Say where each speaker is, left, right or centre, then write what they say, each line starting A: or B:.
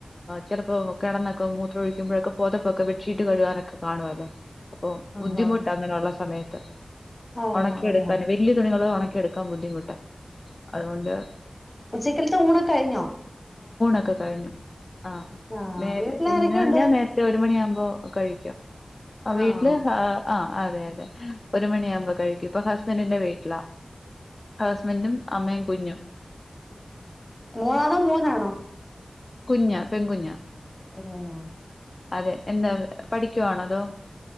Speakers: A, on the left; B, on the left.
A: ചെലപ്പോ കിടന്നൊക്കെ മൂത്രം ഒഴിക്കുമ്പോഴൊക്കെ പൊതപ്പൊക്കെ ചീട്ട് കഴുകാനൊക്കെ കാണുവല്ലോ അപ്പൊ
B: ആ
A: ബുദ്ധിമുട്ട്
B: ആ
A: അങ്ങനെള്ള സമയത്ത്
B: ഓ
A: ഒണക്കിയെടുക്കാന്
B: അങ്ങനെയ
A: വല്യ തുണികള് ഒണക്കി ക്കാ ബുദ്ധിമുട്ട അതുകൊണ്ട്
B: ഉച്ചക്കലത്തെ ഊണൊക്കെ കഴിഞ്ഞോ
A: ക്കെ കഴിഞ്ഞു ആ
B: ആഹ്
A: നേ
B: വീട്ടിലാരൊക്കെയുണ്ട്
A: ഇന്ന് ഞാൻ നേരത്തെ ഒരു മണിയാകുമ്പോ കഴിക്കും ആ
B: ആഹ്
A: വീട്ടില് ഹാ ആഹ് അതെ അതെ ഒരു മണിയാകുമ്പം കഴിക്കും ഇപ്പൊ ഹസ്ബൻന്റിന്റെ വീട്ടിലാ ഹസ്ബൻന്റും അമ്മയും കുഞ്ഞും
B: മൂവാണോ മൂന്നാണോ
A: കുഞ്ഞ പെൺകുഞ്ഞ
B: പെൺകുഞ്ഞാ
A: അതെ എന്താ പഠിക്കുവാണോ അതോ